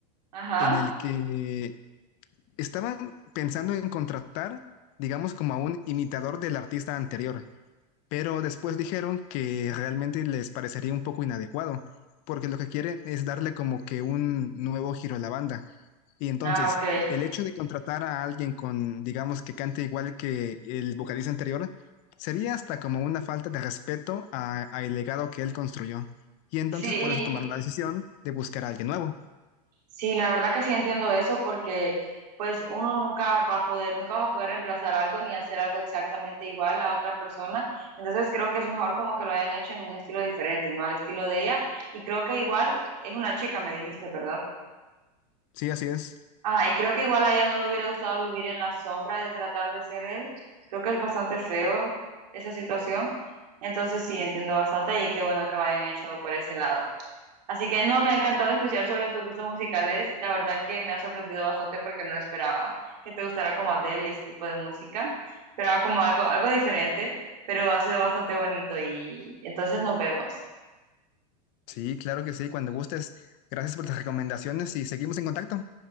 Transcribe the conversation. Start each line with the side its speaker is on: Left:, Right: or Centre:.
Right: Ajá.
Left: en el que estaban pensando en contratar, digamos, como a un imitador del artista anterior. pero después dijeron que realmente les parecería un poco inadecuado, porque lo que quieren es darle como que un nuevo giro a la banda. Y entonces,
Right: Ah, ok.
Left: el hecho de contratar a alguien con, digamos, que cante igual que el vocalista anterior, sería hasta como una falta de respeto a, a el legado que él construyó. Y entonces
Right: Sí,
Left: por eso tomaron la decisión de buscar a alguien nuevo.
Right: sí, la verdad que sí entiendo eso porque pues uno nunca va a poder, nunca vas a poder reemplazar algo ni hacer algo exactamente igual a otra persona. Entonces creo que es mejor como que lo hayan hecho en un estilo diferente, ¿no? Al estilo de ella. Y creo que igual es una chica, me dijiste, ¿verdad?
Left: Sí, así es.
Right: Ajá, y creo que igual a ella no le hubiera gustado vivir en la sombra de tratar de ser él. Creo que es bastante feo esa situación. Entonces sí, entiendo bastante y qué bueno que lo hayan hecho por ese lado. Así que no, me ha encantado escuchar sobre tus gustos musicales. La verdad que me ha sorprendido bastante porque no esperaba que te gustara como Adele y ese tipo de música. Esperaba como algo, algo diferente, pero ha sido bastante bonito y entonces nos vemos.
Left: Sí, claro que sí, cuando gustes. Gracias por las recomendaciones y seguimos en contacto.